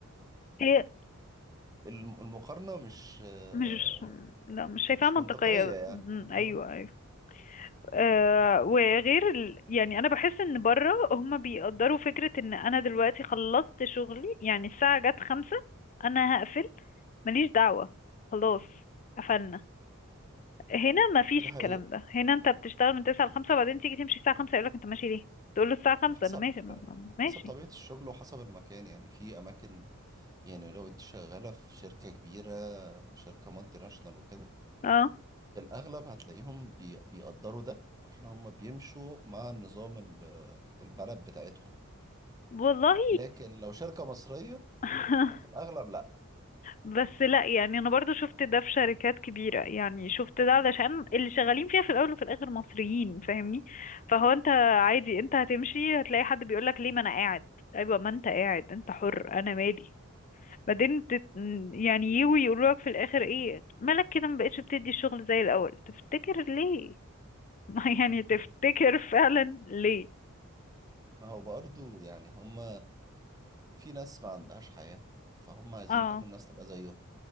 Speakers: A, on the left; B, on the right.
A: هي
B: فالمقارنة مش آه،
A: مش لا مش شايفاها
B: مش
A: منطقية
B: منطقية يعني
A: أمم، أيوة
B: اه
A: أيوة آه وغير ال... يعني أنا بحس إن بره هما بيقدروا فكرة إن أنا دلوقتي خلصت شغلي يعني الساعة جت خمسة أنا هقفل ماليش دعوة خلاص قفلنا هنا مفيش
B: دي حقيقة.
A: الكلام ده هنا أنت بتشتغل من تسعة لخمسة وبعدين تيجي تمشي الساعة خمسة يقولك أنت ماشي ليه؟ تقول له الساعة خمسة
B: حسب
A: أنا ماشي ما- ما- ما-
B: حسب
A: ماشي
B: طبيعة الشغل وحسب المكان يعني في أماكن يعني لو أنت شغالة في شركة كبيرة وشركة مالتي ناشونال وكده
A: اه
B: الأغلب هتلاقيهم بي بيقدروا ده عشان هم بيمشوا مع النظام ال- البلد بتاعتهم
A: والله
B: لكن لو شركة مصرية
A: <laughs>
B: ففي الأغلب لأ
A: بس لا يعني انا برضو شفت ده في شركات كبيرة يعني شفت ده علشان اللي شغالين فيها في الاول وفي الاخر مصريين فاهمني فهو انت عادي انت هتمشي هتلاقي حد بيقولك ليه ما انا قاعد ايوه ما انت قاعد انت حر انا مالي بعدين تت... يعني يجوا يقولوا لك في الاخر ايه مالك كده ما بقتش بتدي الشغل زي الاول تفتكر ليه <laughs> يعني
B: <laughs>
A: تفتكر فعلا ليه
B: ما هو برضه يعني هم في ناس ما عندهاش حياة فهم عايزين
A: اه
B: كل الناس تبقى زيهم